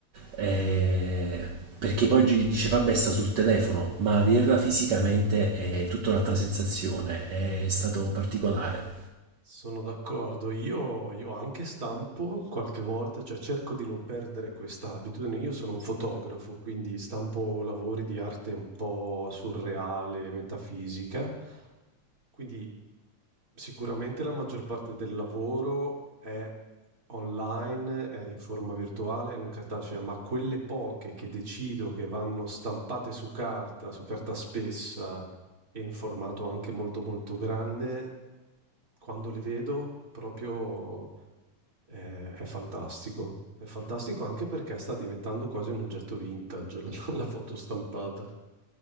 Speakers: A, on the right (about 65°); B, on the right (about 30°).
A: eh, perché poi gi- dice
B: certo.
A: vabbè sta sul telefono, ma averla fisicamente è tutta un'altra sensazione, è stato particolare.
B: Sono d'accordo. Io, io anche stampo qualche volta, cioè cerco di non perdere questa abitudine. Io sono un fotografo, quindi stampo lavori di arte un po' surreale, metafisica. Quindi sicuramente la maggior parte del lavoro è online, è in forma virtuale, non cartacea, ma quelle poche che decido che vanno stampate su carta, su carta spessa e in formato anche molto molto grande, quando le vedo proprio eh, è fantastico. È fantastico anche perché sta diventando quasi un oggetto vintage la, <laughs> la foto stampata.